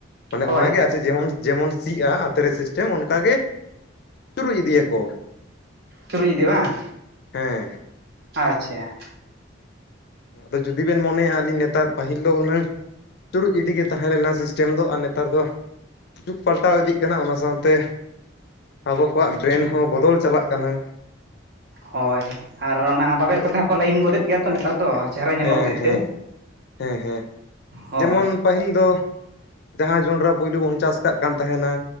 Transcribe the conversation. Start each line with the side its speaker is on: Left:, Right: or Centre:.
Left: ᱢᱟᱱᱮ
Right: ᱦᱳᱭ
Left: ᱚᱱᱟᱜᱮ ᱟᱨ ᱡᱮᱢᱚᱱ ᱡᱮᱢᱚᱱ ᱥᱤᱜᱼᱟ ᱟᱛᱨᱮ ᱥᱮᱥᱴᱮᱢ ᱚᱱᱠᱟ ᱜᱮ ᱪᱩᱨᱩᱡ ᱤᱫᱤᱭᱟᱠᱚ
Right: ᱪᱩᱨᱩᱡ ᱤᱫᱤ ᱵᱟᱝ
Left: ᱦᱮᱸ
Right: ᱟᱪᱷᱟ
Left: ᱟᱫᱚ ᱡᱩᱫᱤ ᱵᱮᱱ ᱢᱚᱱᱮᱭᱟ ᱟᱹᱞᱤᱧ ᱱᱮᱛᱟᱨ ᱯᱟᱹᱦᱤᱞ ᱫᱚ ᱦᱩᱱᱟᱹᱝ ᱪᱩᱨᱩᱡ ᱤᱫᱤ ᱜᱮ ᱛᱟᱦᱮᱸ ᱞᱮᱱᱟ ᱥᱤᱥᱴᱮᱢ ᱫᱚ ᱟᱨ ᱱᱮᱛᱟᱨ ᱫᱚ ᱡᱩᱜᱽ ᱯᱟᱞᱴᱟᱣ ᱤᱫᱤᱜ ᱠᱟᱱᱟ ᱚᱱᱟ ᱥᱟᱶᱛᱮ ᱟᱵᱚ ᱠᱚᱣᱟᱜ ᱵᱨᱮᱱ ᱦᱚᱸ ᱵᱚᱫᱚᱞ ᱪᱟᱞᱟᱜ ᱠᱟᱱᱟ ᱾
Right: ᱦᱳᱭ ᱟᱨ ᱚᱱᱟ ᱵᱟᱵᱮᱨ ᱠᱚᱛᱮ ᱦᱚᱸᱠᱚ ᱞᱟᱹᱭᱤᱱ ᱜᱚᱫᱮᱫ ᱜᱮᱭᱟ ᱛᱚ ᱱᱮᱛᱟᱨ ᱫᱚ ᱪᱮᱦᱨᱟ ᱧᱮᱞᱚᱜ
Left: ᱦᱮᱸ
Right: ᱦᱚᱛᱮᱡ
Left: ᱦᱮᱸ
Right: ᱛᱮ
Left: ᱦᱮᱸ ᱦᱮᱸ
Right: ᱦᱳᱭ
Left: ᱡᱮᱢᱚᱱ ᱯᱟᱹᱦᱤᱞ ᱫᱚ ᱡᱟᱦᱟᱸ ᱡᱚᱸᱰᱨᱟ ᱯᱳᱭᱞᱩ ᱵᱚᱱ ᱪᱟᱥ ᱠᱟᱜ ᱠᱟᱱ ᱛᱟᱦᱮᱱᱟ